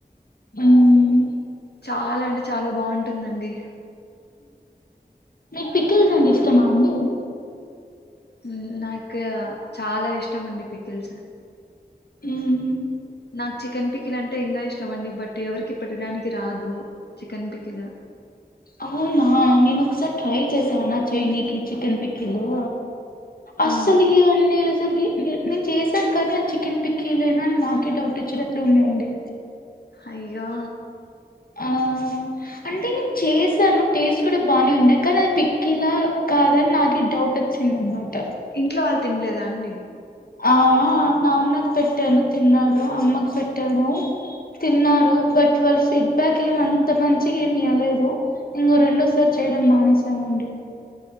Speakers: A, on the left; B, on the left.
A: ఉహ్
B: చాలా అంటే చాలా బాగుంటుందండి
A: ఉహ్ పికిల్స్ అంటే ఇష్టమా అండి
B: ఉహ్ నాకు చాలా ఇష్టం అండి పికిల్స్.
A: ఉహ్
B: నాకు చికెన్ పికిల్ అంటే ఇంగ ఇష్టం అండి, బట్ ఎవరికి పెట్టడానికి రాదు చికెన్ పికిల్
A: అవునా నేను ఒకసారి ట్రై చేసాను చైయినీకి చికెన్ పిక్కిలు అస్సలుకి
B: ఆ
A: అన్ని తేస్ రికి నేను చేశాను కానీ ఆది చికెన్ పిక్కీలేనా అని నాకే డౌట్ ఇచ్చినట్లు ఉందిండి
B: అయ్యో
A: ఆ అంటే నేను చేసాను టేస్ట్ కూడా బానే ఉండే కానీ అది పిక్కిలా కాదని నాకే డౌట్ వచ్చింది అనమాట
B: ఇంట్లో వాళ్ళు తినలేదా అండి
A: ఆ ఆ నాన్నకు పెట్టాను తిన్నాడు అమ్మకు పెట్టాను తిన్నారు బట్ వాళ్ళ ఫీడ్బ్యాక్ ఏమింత మంచిగా ఏమి యివ్వలేదు ఇంక రెండోసారి చేయడం మానేసామండి